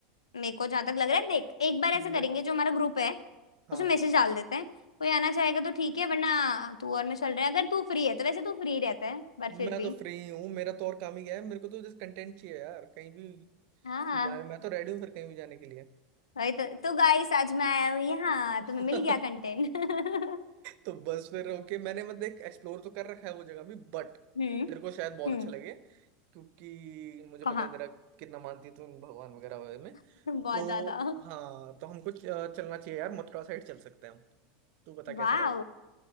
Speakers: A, on the left (about 75°); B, on the right (about 50°).
A: मेरे को जहां तक लग रहा है देख एक बार ऐसे
B: मैं
A: करेंगे जो हमारा ग्रुप है
B: हाँ
A: उसमें मैसेज डाल देते हैं कोई आना चाहेगा तो ठीक है वरना तू और मैं चल रहे हैं अगर तू फ्री है तो वैसे तू फ्री रहता है पर फिर
B: मैं
A: भी
B: तो फ्री हूँ मेरा तो और काम ही गया है मेरे को तो जस्ट कंटेंट चाहिए यार कहीं भी
A: हाँ
B: जाने मैं तो रेडी हूँ फिर कहीं भी जाने के लिए
A: भाई तो तो गाइस आज मैं आया हूँ यहाँ
B: <laughs>
A: तुम्हें मिल गया कंटेंट <laughs>
B: तो बस फिर ओके मैंने मतलब एक एक्सप्लोर तो कर रखा है वो जगह भी बट
A: हम्म
B: तेरे को शायद बहुत
A: हम्म
B: अच्छा लगे क्योंकि मुझे
A: कहाँ
B: पता है तेरा कितना मानती है तू इन भगवान वगैरह वगैरह में
A: <laughs> बहुत
B: तो
A: ज्यादा
B: हाँ तो हमको च- चलना चाहिए यार मथुरा साइड चल सकते हैं हम तू बता कैसा
A: वाह
B: रहेगा